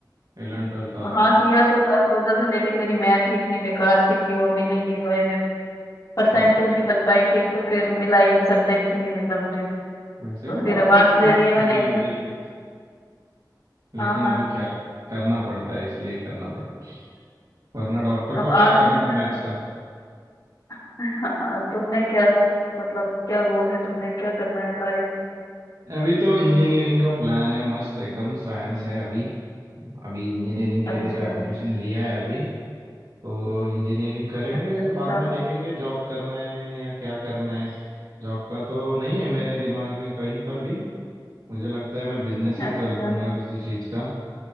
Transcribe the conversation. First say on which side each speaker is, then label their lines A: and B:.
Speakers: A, on the right; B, on the left.
A: इलेवन ट्वेल्थ वाला
B: हाँ किया तो था सोचा था लेकिन मेरी मैथ ही इतनी बेकार थी कि वो मिल ही नहीं पाई मेरे को परसेंटेज
A: हाँ,
B: नहीं बन पाई ठीक तो फिर मिला ही नहीं सब्जेक्ट ही नहीं मिला मुझे
A: वैसे
B: तो
A: भी
B: फिर
A: डॉक्टर
B: अब आर्ट्स
A: को
B: ले
A: मैथ
B: लिया
A: क्या
B: मैंने
A: ही
B: इसमें
A: लगेगी लेकिन
B: हाँ हाँ
A: अभी क्या करना पड़ता है इसलिए करना पड़ता है वरना डॉक्टर
B: अब
A: को
B: आर्ट्स
A: क्या करना
B: में मेरे
A: है मैथ्स का
B: को <laughs> तुमने क्या मतलब क्या गोल है तुमने क्या करना है लाइफ में
A: अभी तो इंजीनियरिंग का प्लान है मस्त एकदम साइंस है अभी अभी इंजीनियरिंग
B: अच्छा
A: के लिए तो एडमिशन लिया है अभी तो इंजीनियरिंग करेंगे
B: अच्छा अच्छा
A: बाद में देखेंगे जॉब करना है या क्या करना है जॉब का तो नहीं है मेरे दिमाग में कहीं पर भी मुझे लगता है मैं बिजनेस
B: अच्छा
A: ही कर दूंगा किसी चीज का